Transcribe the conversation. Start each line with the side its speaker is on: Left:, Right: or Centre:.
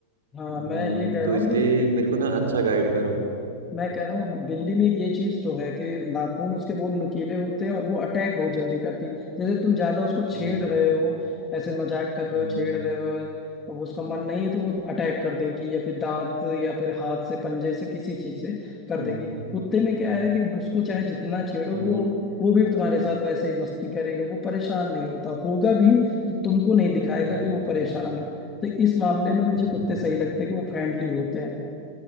Left: हाँ
Right: हम्म
Left: मैं ये कह
Right: तो
Left: रहा
Right: इसलिए
Left: हूँ कि
Right: मेरे को ना अच्छा गाइड करो
Left: मैं कह रहा हूँ हम दिल्ली में ये चीज तो है कि नाखून उसके बहुत नुकीले होते हैं और वो अटैक बहुत जल्दी करती जैसे तुम ज्यादा उसको छेड़
Right: हम्म
Left: रहे हो ऐसे मजाक कर रहे
Right: हम्म
Left: हो छेड़ रहे हो अब उसका
Right: हम्म
Left: मन नहीं है तो वो अटैक कर देगी या फिर दांत या फिर हाथ से पंजे से किसी चीज से कर
Right: हम्म,
Left: देगी
Right: हम्म,
Left: कुत्ते में क्या
Right: हम्म,
Left: है कि उसको चाहे जितना छेड़ो
Right: हम्म,
Left: वो वो भी तुम्हारे साथ वैसे ही मस्ती करेगा वो परेशान नहीं होता होगा भी तो तुमको नहीं दिखाएगा
Right: हम्म,
Left: कि वो परेशान है तो इस मामले में मुझे
Right: हम्म,
Left: कुत्ते सही लगते हैं कि वो फ्रेंडली होते